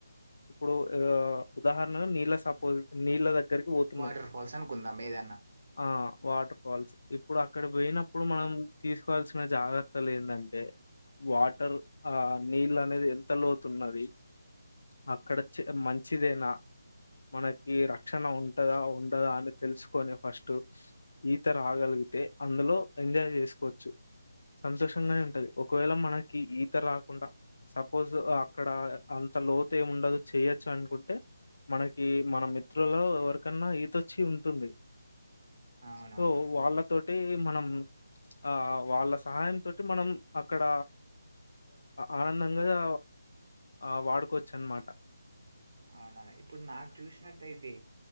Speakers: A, on the left; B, on the right.
A: ఇప్పుడు ఆ ఉదాహరణగా నీళ్ళ సపో నీళ్ళ దగ్గరికి పోతున్నాం
B: వాటర్ ఫాల్స్ అనుకుందాం ఏదన్నా.
A: ఆ వాటర్ ఫాల్స్ ఇప్పుడు అక్కడ పోయినప్పుడు మనం తీసుకోవాల్సిన జాగ్రత్తలు ఏందంటే వాటర్ ఆ నీళ్ళ అనేది ఎంత లోతున్నది అక్కడ చె మంచిదేనా మనకి రక్షణ ఉంటదా ఉండదా అని తెలుసుకొని ఫస్ట్ ఈత రాగలిగితే అందులో ఎంజాయ్ చేసుకోవచ్చు సంతోషంగానే ఉంటది ఒకవేళ మనకి ఈత రాకుండా సపోజ్ అక్కడ అన్ అంత లోతు ఏమి ఉండదు చేయొచ్చు అనుకుంటే మనకి మన మిత్రులో ఎవరికన్నా ఈతొచ్చి ఉంటుంది
B: అవునవును.
A: సో వాళ్ళక్ తోటి మనం ఆ వాళ్ళ సహాయం తోటి మనం అక్కడ ఆనందంగా ఆ వాడుకోవచ్చు అన్నమాట
B: అవునవును. ఇప్పుడు నాకు చూసినట్టయితే